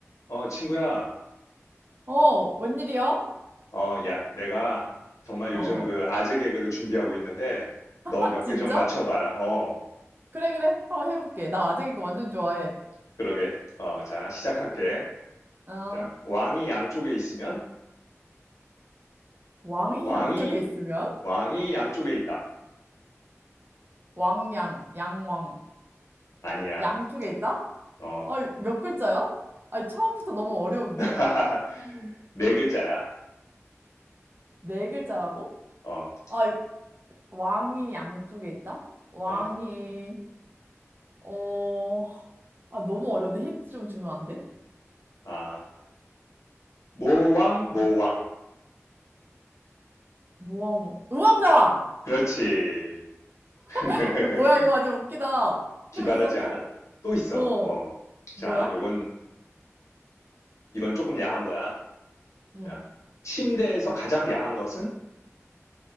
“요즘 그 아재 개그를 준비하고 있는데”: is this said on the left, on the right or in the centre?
Left